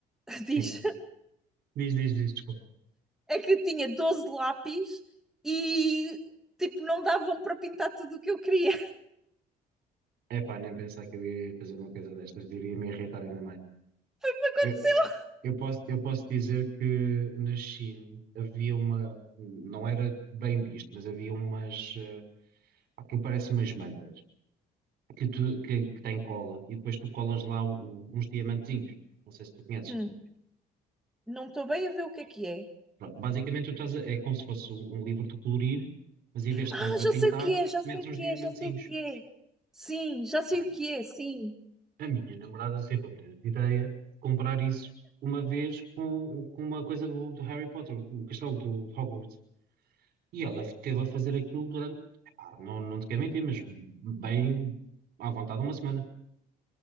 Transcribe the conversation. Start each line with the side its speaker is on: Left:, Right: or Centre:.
Centre: <laughs>
Right: sim.
Centre: Diz.
Right: Diz, diz, diz, desculpa.
Centre: é que eu tinha 12 lápis e tipo, não davam para pintar tudo o que eu queria.
Right: Epá, nem pensar que eu ia fazer uma coisa destas, iria me irritar ainda mais.
Centre: <laughs>
Right: Eu, eu posso, eu posso dizer que na China havia uma, não era bem visto, mas havia umas, eh, aquilo parece umas mantas, que tu, que, que tem cola, e depois tu colas lá o- uns diamantezinhos, não sei se tu conheces.
Centre: Hum, não estou bem a ver o que é que é.
Right: Pronto, Basicamente, tu estás a- é como se fosse um um livro de colorir, mas em vez de
Centre: Ah,
Right: estás a
Centre: já
Right: pintar,
Centre: sei o que é, já
Right: metes
Centre: sei
Right: uns
Centre: o que
Right: diamantezinhos.
Centre: é, já sei o que é. Sim, já sei
Right: Pronto.
Centre: o que é, sim.
Right: A minha namorada teve a brilhante ideia de comprar isso uma vez com, com uma coisa do, do Harry Potter, o, castelo do, de Hogwarts. E ela teve a fazer aquilo durante, epá, não, não te quero mentir, mas bem à vontade uma semana.